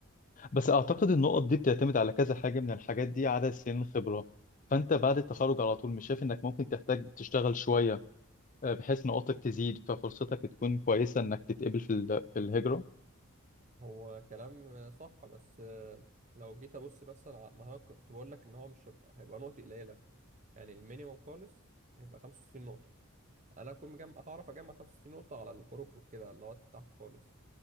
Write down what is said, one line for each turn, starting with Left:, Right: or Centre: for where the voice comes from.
Left: بس اعتقد النقط دي بتعتمد على كذا حاجة من الحاجات دي عدد سنين خبرة فانت بعد التخرج على طول مش شايف انك ممكن تحتاج تشتغل شوية آه، بحيث نقاطك تزيد ففرصتك تكون كويسة انك تتقبل في ال- في الهجرة
Right: هو كلام آه، صح بس آه، لو جيت ابص بس انا ع- ما انا كنت بقول لك ان هو مش هيبقى هيبقى نقط قليله يعني المينيموم خالص هيبقى 65 نقطه انا اكون مجمع هعرف اجمع 65 نقطه على الحروكروك كده اللي هو تحت خالص